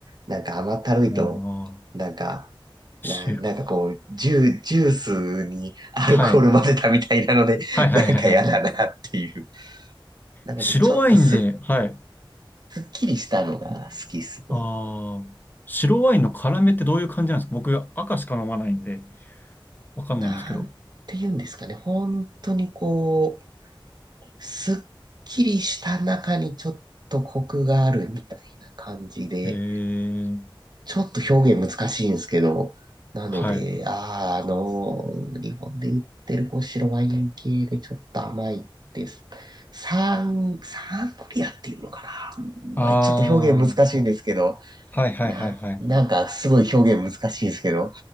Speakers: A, on the right; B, on the left.
A: なんか甘ったるいと、
B: ああ、
A: なんか、
B: 白、
A: な、なんかこう、ジュ、ジュースにアルコール混ぜたみたいなので、
B: はい。はいはいはいはい。
A: なんか嫌だなっていう。なのでちょっとす、
B: 白ワインで、はい。
A: すっきりしたのが好きっすね。
B: ああ、白ワインの辛めってどういう感じなんですか僕赤しか飲まないんで、わかんないんですけど。
A: なんて言うんですかね。本当にこう、すっきりした中にちょっとコクがあるみたいな感じで、
B: へえ、
A: ちょっと表現難しいんですけど、なので、
B: はい。
A: あー、あのー日本で売ってるこう白ワイン系でちょっと甘いです。サン、サングリアっていうのかな。
B: ああ、
A: まあちょっと表現難しいんですけど、
B: はいはいはいはい。
A: な、なんかすごい表現難しいですけど、